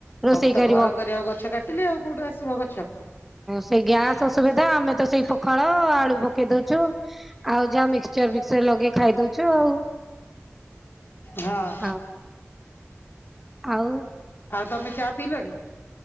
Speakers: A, in the centre; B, on the left.
A: ରୋଷେଇ
B: ସବୁ ତ
A: କରିବ
B: ଘର କରିବାକୁ ଗଛ କାଟିଲେ ଆଉ କୋଉଠୁ ଆସିବ ଗଛ?
A: ସେଇ ଗ୍ୟାସ ଅସୁବିଧା ଆମେ ତ ସେଇ ପଖାଳ ଆଳୁ ପକେଇ ଦଉଛୁ। ଆଉ ଯାହା ମିକ୍ସଚର ଫିକଚର ଲଗେଇ ଖାଇ ଦଉଛୁ ଆଉ।
B: ହଁ।
A: ଆଉ ଆଉ
B: ଆଉ ତମେ ଚା ପିଇଲଣି?